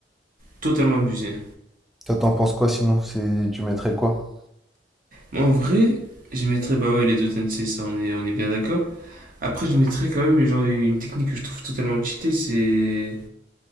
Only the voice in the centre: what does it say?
Toi, t'en penses quoi sinon? C'est- Tu mettrais quoi?